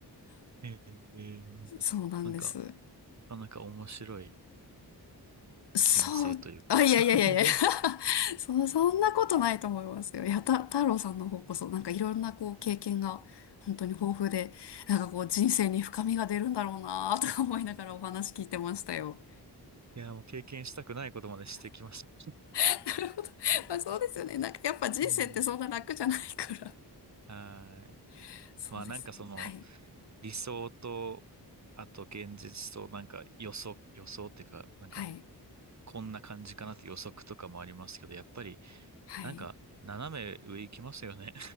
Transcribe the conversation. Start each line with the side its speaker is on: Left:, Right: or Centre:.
Right: ええ
Left: そうなんです。
Right: なんか、なかなか面白い
Left: そう、
Right: 人生というか
Left: あ、いやいやいやいや
Right: <laughs>
Left: <laughs> そ、そんなことないと思いますよ。いや、た、太郎さんの方こそ、なんかいろんなこう経験が本当に豊富で、なんかこう人生に深みが出るんだろうなとか思いながらお話聞いてましたよ。
Right: いや、もう経験したくないことまでしてきました。<laughs>
Left: <laughs> なるほど。まあそうですよね。なんかやっぱ人生ってそんな楽じゃないから。
Right: うん。はーい。
Left: <laughs> そうですね。
Right: まあなんかその
Left: はい。
Right: 理想と、あと現実となんか予測、予想っていうか、なんか
Left: はい。
Right: こんな感じかなって予測とかもありますけど、やっぱり
Left: はい。
Right: なんか斜め上行きますよね。